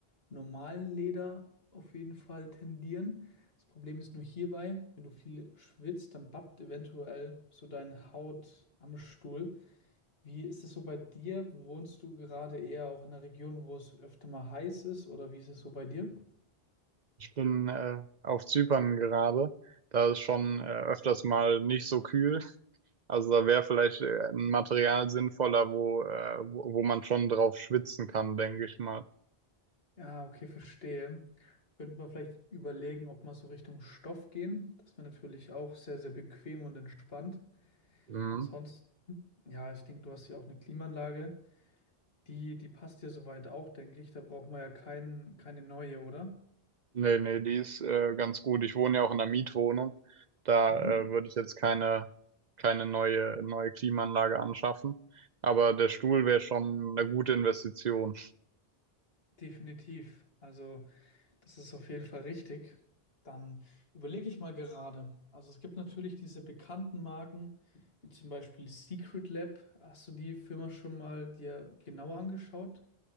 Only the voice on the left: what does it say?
normalen Leder auf jeden Fall tendieren. Das Problem ist nur hierbei, wenn du viel schwitzt, dann bappt eventuell so deine Haut am Stuhl. Wie ist es so bei dir? Wohnst du gerade eher auch in einer Region, wo es öfter mal heiß ist, oder wie ist es so bei dir?
Ja, okay, verstehe. Könnte man vielleicht überlegen, ob man so Richtung Stoff gehen. Das wäre natürlich auch sehr, sehr bequem und entspannt.
Ansonsten, ja, ich denke, du hast ja auch eine Klimaanlage. Die, die passt ja soweit auch, denke ich. Da brauchen wir ja keine neue, oder?
Mhm.
Definitiv. Also. Das ist auf jeden Fall richtig. Dann überlege ich mal gerade. Also es gibt natürlich diese bekannten Marken, wie zum Beispiel Secret Lab. Hast du die Firma schon mal dir genauer angeschaut?